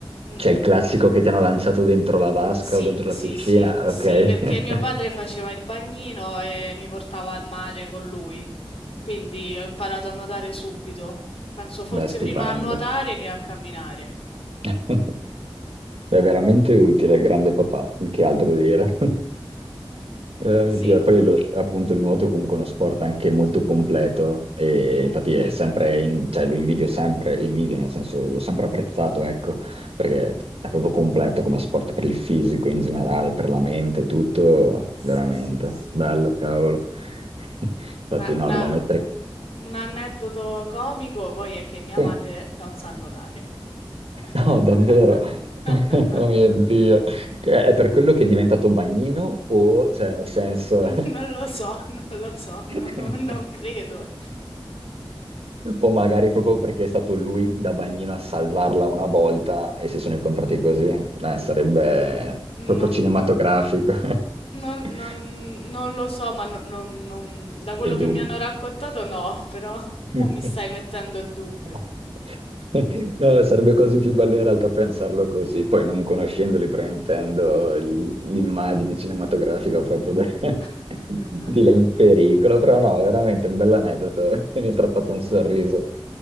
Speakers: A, on the left; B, on the right.
A: Mm-mm.
B: C'è il classico che ti hanno lanciato dentro la vasca
A: Sì,
B: o dentro
A: sì,
B: la piscina,
A: sì, sì,
B: ok.
A: perché
B: <laughs>
A: mio padre faceva il bagnino e mi portava al mare con lui, quindi ho imparato a nuotare subito. Penso forse
B: Beh, stupendo.
A: prima a nuotare che a camminare.
B: È veramente utile, grande papà, che altro dire. <laughs> Eh,
A: Sì,
B: mio Dio, Poi lo- appunto il nuoto è comunque uno sport anche molto completo e
A: Mh, mh,
B: infatti
A: mh,
B: è
A: mh.
B: sempre, in- cioè lo invidio sempre, invidio nel senso l'ho sempre apprezzato, ecco, perché è proprio completo come sport per il fisico in generale, per la mente, tutto,
A: Sì,
B: veramente,
A: sì, sì.
B: bello, cavolo. <laughs>
A: Ah,
B: Infatti
A: ah,
B: no,
A: una
B: devo mettere...
A: o un aneddoto comico poi è che mia
B: Sì.
A: madre non sa nuotare. <laughs>
B: No, davvero. <laughs> Oh mio Dio. Che- È per quello che è diventato bagnino o, cioè, nel senso...
A: Non lo so, non lo so, no
B: <laughs>
A: no non credo.
B: o magari proprio perché è stato lui da bagnino a salvarla una volta e si sono incontrati così. Eh, sarebbe proprio
A: Non
B: cinematografico. <laughs>
A: non non non lo so, ma no non non da quello
B: Dei
A: che
B: dubbi.
A: mi hanno raccontato no, <laughs> però
B: <laughs>
A: mo' mi stai mettendo il dubbio.
B: <laughs> No, sarebbe quasi più bello in realtà pensarlo così, poi non conoscendoli fraintendo l- l'immagine cinematografica proprio de-
A: <laughs>
B: <laughs> di lei in pericolo, però no, veramente un bell'aneddoto, <laughs> eh, mi ha fatto un sorriso.